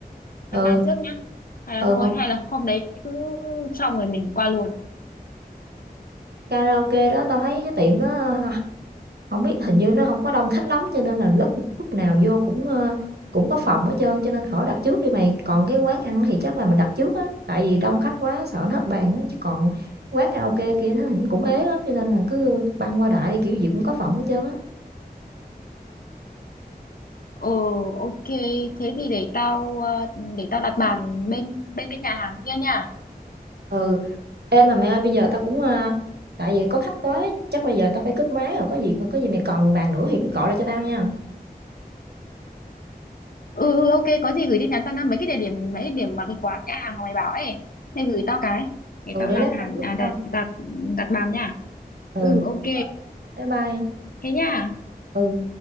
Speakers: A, on the right; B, on the left.
A: ừ.
B: đặt bàn trước nhá hay là
A: Ừ,
B: thôi
A: mà
B: hay là hôm đấy cứ xong rồi mình qua luôn
A: karaoke đó tao thấy cái tiệm đó không biết hình như nó không có đông khách lắm, cho nên là lúc lúc nào vô cũng, ơ, cũng có phòng hết trơn, cho nên khỏi đặt trước đi mày. Còn cái quán ăn thì chắc là mình đặt trước á, tại vì đông khách quá sợ nó hết bàn á, chứ còn quán karaoke kia nó hình cũng ế lắm, cho nên là cứ băng qua đại đi, kiểu gì cũng có phòng hết trơn á.
B: ừ ok thế thì để tao ờ, để tao đặt bàn bên bên cái nhà hàng kia nha
A: Ừ. Ê, mà mẹ ơi, bây giờ tao cũng, a tại vì có khách tới á, chắc bây giờ tao phải cúp máy rồi, có gì có gì mày cần bàn nữa thì cứ gọi lại cho tao nha.
B: ừ ừ, ok có gì gửi tin nhắn tao năm mấy cái địa điểm mấy cái điểm mà cái quán nhà hàng mày bảo ấy mày gửi tao cái để
A: Ừ,
B: tao
A: để
B: đặt
A: lát
B: hàng
A: tao gửi
B: à, đặt
A: cho.
B: đặt đặt bàn nha
A: Ừ.
B: ừ ok
A: Rồi. Bye bye.
B: thế nha
A: Ừ.